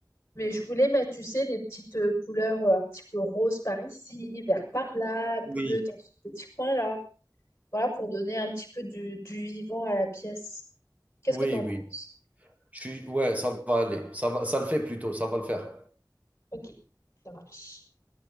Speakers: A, on the left; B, on the right.
A: mais je voulais mettre, tu sais, des petites euh, couleurs euh, un petit peu rose par ici, vert par là,
B: oui,
A: bleu dans ce petit coin-là. Voilà, pour donner un petit peu du, du vivant à la pièce. Qu'est-ce
B: oui,
A: que t'en penses?
B: oui. Je suis ouais, ça va aller, ça va ça le fait plutôt, ça va le faire.
A: Ok, ça marche.